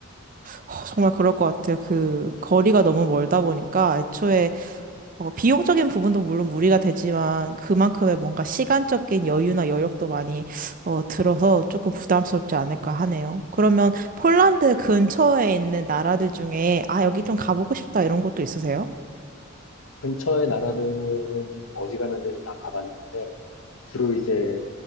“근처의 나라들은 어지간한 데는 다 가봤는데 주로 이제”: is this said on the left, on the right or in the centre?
Left